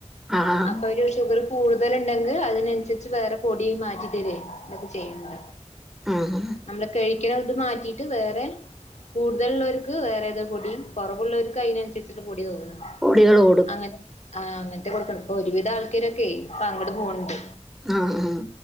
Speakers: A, in the centre; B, on the left (about 80°).
A: ആഹ്
B: അപ്പൊ പ ഷുഗറ്കൂടുതല്ണ്ടെങ്കി അതിനനുസര്ച്ച് വേറെ പൊടിമാറ്റി തരൊ ഇതൊക്കെ ചെയ്യ്ണ്
A: ആഹ്
B: ണ്ട് നമ്മള് കഴിക്ക്ണത് മാറ്റീട്ട് വേറെ കൂടുതലുള്ളോര്ക്ക് വേറെതോ പൊടീ കൊറവുള്ളോര്ക്ക് അയ്നൻസര്ച്ച്ട്ട്ള്ള പൊടി തോന്ന്ണ്
A: പൊടികളോ
B: അങ്ങൻ ആഹ് അങ്ങൻത്തെ കൊട്ക്ക്ണെ ഇപ്പൊ ഒരുവിധ ആൾക്കാരൊക്കേ ഇപ്പ അങ്ങ്ട് പോൺണ്ട്
A: ആഹ് ആഹ്